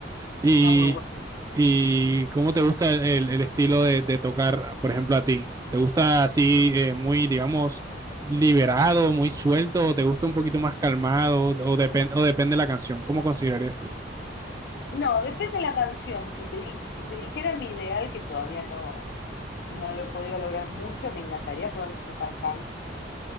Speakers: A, on the right; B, on the left.
A: ¿Y,
B: está muy bueno.
A: y cómo te gusta el, el estilo de, de tocar, por ejemplo, a ti? ¿Te gusta así eh, muy, digamos, liberado, muy suelto, o te gusta un poquito más calmado, o, depende o depende de la canción? ¿Cómo considerarías tú?
B: No, depende de la canción. Si te, di- si te dijera mi ideal, que todavía no, no lo he podido lograr mucho, me encantaría poder tocar funk.